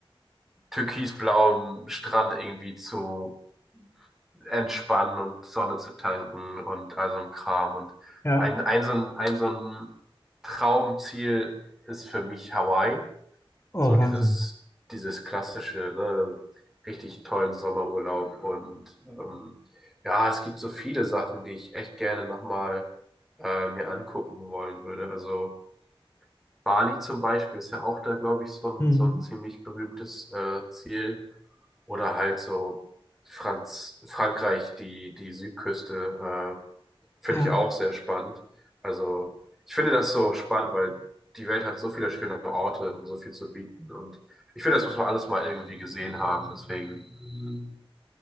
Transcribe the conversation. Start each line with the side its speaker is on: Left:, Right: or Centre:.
Centre: türkisblauen Strand irgendwie zu entspannen und Sonne zu tanken und all so ein Kram. Und
Left: Ja,
Centre: ein, ein, so ein, ein so ein Traumziel ist für mich Hawaii.
Left: oh
Centre: So
Left: Wahnsinn.
Centre: dieses, dieses klassische, ne, richtig tollen Sommerurlaub. Und ähm, ja, es gibt so viele Sachen, die ich echt gerne nochmal äh, mir angucken wollen würde. Also Bali zum Beispiel ist ja auch da, glaube ich, so ein,
Left: Mhm.
Centre: so ein ziemlich berühmtes äh, Ziel. Oder halt so Franz, Frankreich, die, die Südküste, äh, finde
Left: Ja.
Centre: ich auch sehr spannend. Also ich finde das so spannend, weil die Welt hat so viele schöne Orte und so viel zu bieten. Und ich finde, das muss man alles mal irgendwie gesehen haben. Deswegen,